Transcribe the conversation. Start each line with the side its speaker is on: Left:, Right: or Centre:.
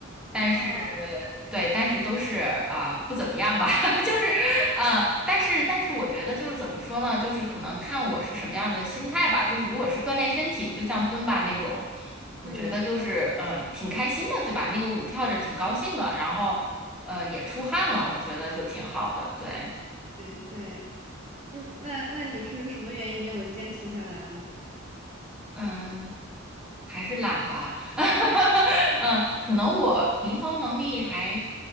Centre: 但是对，
Right: 哦，
Centre: 但是都是啊、不怎么样吧，<laughs> 就是呃，但是但是我觉得就是怎么说呢，就是可能看我是什么样的心态吧，就是如果是锻炼身体，就像尊巴那种，我觉得就是呃挺开心的，
Right: 嗯。
Centre: 对吧？那个舞跳着挺高兴的，然后呃也出汗了，我觉得就挺好的，对。
Right: 对对，嗯，那那你是什么原因没有坚持下来呢？
Centre: 嗯，还是懒吧，<laughs> 嗯，可能我平衡能力还